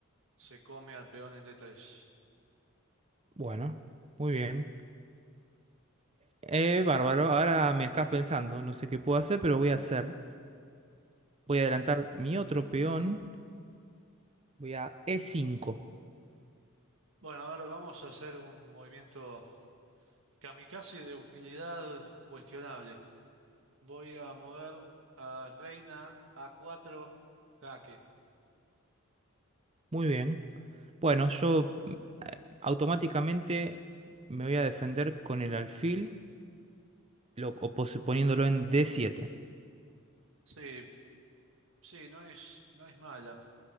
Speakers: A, on the right; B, on the right.
A: Se come al peón en D3.
B: Bueno, muy bien. Eh, bárbaro, ahora me dejas pensando, no sé qué puedo hacer, pero voy a hacer. Voy a adelantar mi otro peón, voy a E5.
A: Bueno, ahora vamos a hacer un movimiento kamikaze de utilidad cuestionable. Voy a mover a reina a cuatro jaque.
B: Muy bien. Bueno, yo mm, eh, automáticamente me voy a defender con el alfil, lo, o posi- poniéndolo en D7.
A: Sí, Sí, no es, no es mala.